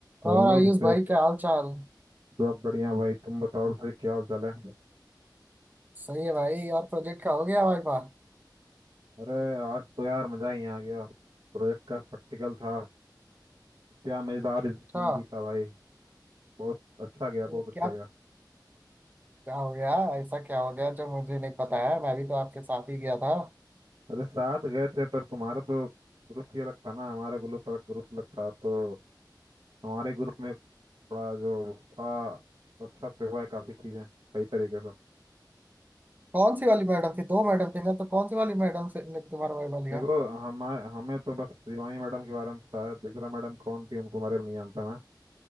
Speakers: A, on the right; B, on the right.
A: Hello
B: और आयुष
A: Abhishek
B: भाई क्या हाल चाल
A: सब बढ़िया भाई तुम बताओ अभिषेक क्या हाल चाल है
B: सही है भाई और प्रोजेक्ट का हो गया भाई वाह
A: अरे आज तो यार मजा ही आ गया प्रोजेक्ट का प्रैक्टिकल था क्या मजेदार दिन
B: अच्छा
A: बीता भाई बहुत अच्छा गया बहुत
B: तो
A: अच्छा
B: क्या
A: गया
B: क्या हो गया ऐसा क्या हो गया जो मुझे नहीं पता है मैं भी तो आपके साथ ही गया था
A: अरे साथ गए थे पर तुम्हारा तो ग्रुप ही अलग था ना हमारा ग्रुप अलग ग्रुप अलग था तो हमारे ग्रुप में थोड़ा जो था अच्छा से हुआ है काफी चीजें सही तरीके से
B: कौन सी वाली मैडम थी दो मैडम थी ना तो कौन सी वाली मैडम से ने तुम्हारा वाइवा लिया
A: देखो हम हमें तो बस शिवानी मैडम के बारे में पता है दूसरा मैडम कौन थी उनको बारे में नहीं जानता मैं